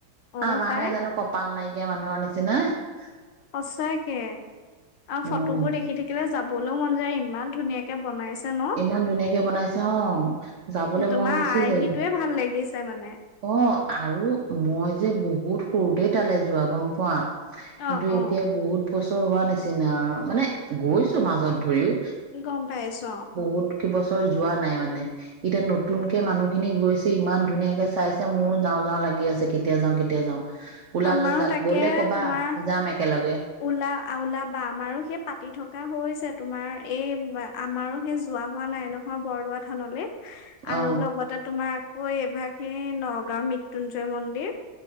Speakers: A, on the left; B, on the right.
A: অ
B: আমাৰহে
A: পাই
B: জানো কপাল নাইকিয়া মানুহৰ নিচিনা। নিচিনা
A: সঁচাকে আৰু
B: উম
A: ফটোবোৰ দেখি থাকিলে যাবলৈও মন যায় ইমান ধুনীয়াক এতিয়া বনাইছে। ন।
B: ইমান ধুনীয়াকে বনাইছে অ' যাবলে
A: তোমাৰ
B: মন গুচি
A: আৰ্হিটোৱে
B: যায়
A: ভাল লাগিছে মানে
B: অ 'আৰু মই যে বহুত সৰুতে তালে যোৱা গম পোৱা। কিন্তু
A: অ
B: এতিয়া
A: অ
B: বহুত। বছৰ হোৱা নিচিনা মানে গৈছো মাজত ধৰিও।
A: কি গম পাই আছ'
B: ক'ত বছৰ যোৱা নাই মানে এতিয়া নতুনকে মানুহ খিনি গৈছে ইমান ধুনীয়াকে চাইছে মোৰো যাও যাওঁ লাগি আছে কেতিয়া যাওঁ কেতিয়া যাওঁ। ওলালে
A: আমাৰো
B: যা
A: তাকে
B: গ'লে কবা
A: তোমাৰ
B: যাম একেলগে।
A: ওলা ওলাবা আমাৰো সেই পাতি থকা হৈছে তোমাৰ এই আমাৰো সেই যোৱা হোৱা নাই নহয় বৰদোৱা থানলে। আৰু
B: অ
A: লগতে তোমাৰ আকৌ এইভাগে নগাঁও মৃত্যুঞ্জয় মন্দিৰ।